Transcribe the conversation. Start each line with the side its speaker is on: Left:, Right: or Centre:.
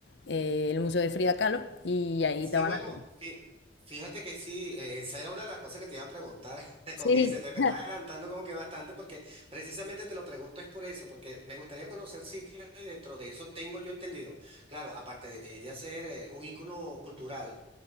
Left: eh, el Museo de Frida Kahlo, y ahí
Right: Sí,
Left: te van
Right: bueno,
Left: a...
Right: fí- fíjate que sí, eh, esa era una de las cosas que te iba a preguntar, <laughs>
Left: Sí,
Right: como que dices, te me
Left: <laughs>
Right: estás adelantando como que bastante porque precisamente te lo pregunto es por eso, porque me gustaría conocer sitios y dentro de eso tengo yo entendido, claro, aparte de ella ser eh, un ícono cultural